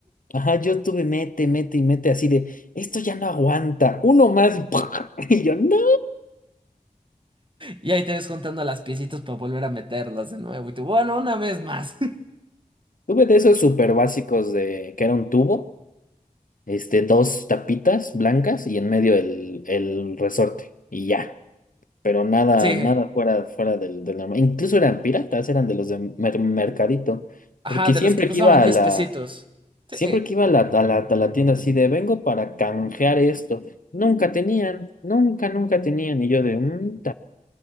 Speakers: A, on the left; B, on the right.
A: Ajá, yo estuve mete, mete y mete así de, esto ya no aguanta, uno más y, ¡pua! <laughs> y yo, no.
B: Y ahí te ves contando las piecitas para volver a meterlas de nuevo. Y tú, bueno, una vez más. <laughs>
A: Tuve de esos súper básicos de que era un tubo, este, dos tapitas blancas y en medio el, el resorte y ya, pero nada,
B: Sí.
A: nada fuera, fuera del, del normal. Incluso eran piratas, eran de los de mer- mercadito,
B: Ajá,
A: porque
B: de
A: siempre
B: los que costaban
A: que iba
B: 10
A: a la,
B: pesitos. Sí.
A: siempre que iba a la, a la, a la tienda así de, vengo para canjear esto, nunca tenían, nunca, nunca tenían y yo de, un